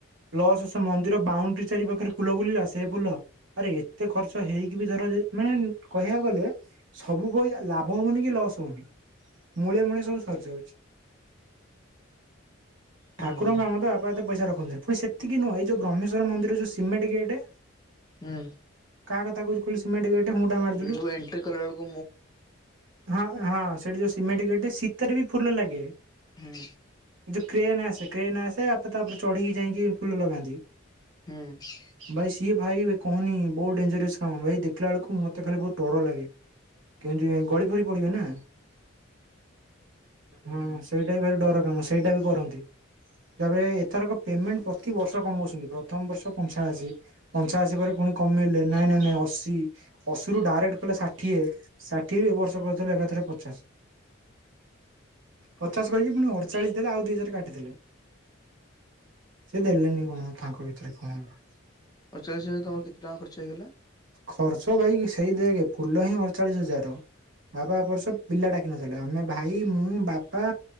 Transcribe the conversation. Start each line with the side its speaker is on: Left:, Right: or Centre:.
Right: ପ୍ଲସ ସେ ମନ୍ଦିର ବାଉଣ୍ଡ୍ରି ଚାରି ପାଖରେ ଫୁଲ ବୁଲିଲା ସେ ଫୁଲ। ଆରେ ଏତେ ଖର୍ଚ୍ଚ ହେଇକି ବି ଧର ଯେ ମାନେ କହିବାକୁ ଗଲେ। ସବୁ ପଇସା ଲାଭ ହଉନି କି ଲସ୍ ହଉନି ମୂଳେ ମୂଳେ ସବୁ ସରିଯାଉ
Left: ହୁଁ
Right: ଠାକୁରଙ୍କ କାମ ତ ବାପା ଏତେ ପଇସା ରଖନ୍ତିନି ପୁଣି ସେତିକି ନୁହ ଏଇ ଯଉ ବ୍ରହ୍ମେଶ୍ୱର ମନ୍ଦିର ଯୋଉ ସିମେଣ୍ଟ ଗେଟ୍।
Left: ହୁଁ।
Right: କାହା କଥା କହୁଚି କହିଲୁ ସିମେଣ୍ଟ ଗେଟେ ହୁଁ ଟା ମାରିଦେଲୁ।
Left: ଯୋଉ ଏଣ୍ଟ୍ରି କଲା ବେଳକୁ
Right: ହଁ ହଁ ସେଇଠି ଯୋଉ ସିମେଣ୍ଟ ଗେଟେ ସିଥେରେ ବି ଫୁଲ ଲାଗେ।
Left: ହୁଁ।
Right: ଏ ଯୋଉ କ୍ରେନ୍ ଆସେ କ୍ରେନ୍ ଆସେ ବାପା ତା ଉପରେ ଚଢିକି ଯାଇଁକି ଫୁଲ ଲଗାନ୍ତି।
Left: ହୁଁ।
Right: ଭାଇ ସିଏ ଭାଇ କହନି ବହୁତ ଡେଞ୍ଜରିୟସ କାମ ଭାଇ ଦେଖିଲା ବେଳକୁ ମତେ ଖାଲି ବହୁତ ଡର ଲାଗେ। କେମିତି କାଇଁ ଗଳି ଫଳି ପଡିବେ ନା। ହଁ ସେଇଟା ବି ଭାରି ଡର କାମ ସେଇଟା ବି କରନ୍ତି। ତାପରେ ଏଥରକ ପେମେଣ୍ଟ ପ୍ରତି ବର୍ଷ କମଉଛନ୍ତି ପ୍ରଥମ ବର୍ଷ ପଞ୍ଚାଅଶୀ। ପଞ୍ଚାଅଶୀ ପରେ ପୁଣି କମେଇଲେ ନାଇଁ ନାଇଁ ନାଇଁ ଅଶୀ ଅଶୀରୁ ଡାଇରେକ୍ଟ କହିଲେ ଷାଠିଏ। ଷାଠିଏରୁ ଏ ବର୍ଷ କରିଦେଲେ ଏକାଥରେ ପଚାଶ। ପଚାଶ କହିକି ପୁଣି ଅଠଚାଳିଶ ଦେଲେ ଆଉ ଦୁଇ ହଜାର କାଟିଥିଲେ। ସେ ଦେଲେନି କଣ ତାଙ୍କ ଭିତରେ କଣ ହେଲା।
Left: ଆଡ଼ଚାଳିଶ ହଜାରରୁ ତମର କେତେ ଟଙ୍କା ଖର୍ଚ ହେଇଗଲା?
Right: ଖର୍ଚ୍ଚ ଭାଇ ସେଇ ଦେଖେ ଫୁଲହିଁ ଅଡ଼ଚାଳିଶ ହଜାର। ବାବା ଏବର୍ଷ ପିଲା ଡାକିନଥିଲେ ଆମେ ଭାଇ ମୁଁ ବାପା